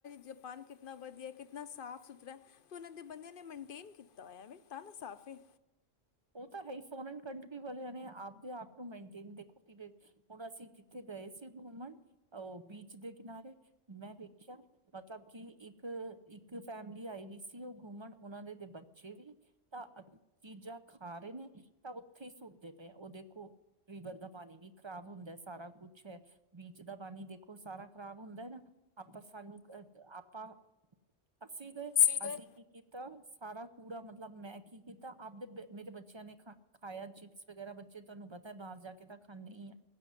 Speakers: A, on the left (about 50°); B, on the right (about 30°).
A: ਜਪਾਨ ਕਿਤਨਾ ਵਧੀਆ ਕਿਤਨਾ ਸਾਫ ਸੁਥਰਾ ਅਤੇ ਉਹਨਾਂ ਦੇ ਬੰਦਿਆਂ ਨੇ ਮੰ ਕਲੀਨ ਕੀਤਾ ਹੋਇਆ ਤਾਂ ਵੀ ਸਾਫ਼ੇ।
B: ਉਹ ਤਾਂ ਹੈ ਫੋਰਨ ਕੰਟਰੀ ਵਾਲਿਆਂ ਨੇ ਆਪਦੇ ਆਪ ਨੂੰ ਮੇਨਟੇਨ ਦੇਖੋ ਕਿ ਹੁਣ ਅਸੀਂ ਕਿੱਥੇ ਗਏ ਸੀ ਘੁੰਮਣ ਉਹ ਬੀਚ ਦੇ ਕਿਨਾਰੇ ਮੈਂ ਵੇਖਿਆ ਮਤਲਬ ਕਿ ਇੱਕ ਇੱਕ ਫੈਮਿਲੀ ਆਈ ਵੀ ਸੀ ਉਹ ਘੁੰਮਣ ਉਹਨਾਂ ਦੇ ਦੇ ਬੱਚੇ ਵੀ ਤਾਂ ਚੀਜ਼ਾਂ ਖਾ ਰਹੇ ਨੇ ਤਾਂ ਉੱਥੇ ਹੀ ਸੁੱਟਦੇ ਪਏ ਉਹ ਦੇਖੋ ਰੀਵਰ ਦਾ ਪਾਣੀ ਵੀ ਖ਼ਰਾਬ ਹੁੰਦਾ ਸਾਰਾ ਕੁਛ ਹੈ ਬੀਚ ਦਾ ਪਾਣੀ ਦੇਖੋ ਸਾਰਾ ਖ਼ਰਾਬ ਹੁੰਦਾ ਨਾ। ਆਪਾਂ ਸਾਨੂੰ ਅ ਆਪਾਂ। ਅਸੀਂ ਗਏ
A: ਸੀਗੇ
B: ਅਸੀਂ ਕੀ ਕੀਤਾ ਸਾਰਾ ਕੂੜਾ ਮਤਲਬ ਮਤਲਬ ਮੈਂ ਕੀ ਕੀਤਾ। ਤਾਂ ਆਪਦੇ ਮੇਰੇ ਬੱਚਿਆਂ ਨੇ ਖਾ ਖਾਇਆ ਚਿਪਸ ਵਗੈਰਾ ਬੱਚੇ ਤੁਹਾਨੂੰ ਪਤਾ ਹੈ ਬਾਹਰ ਜਾ ਕੇ ਤਾਂ ਖਾਣੇ ਹੀ ਆ।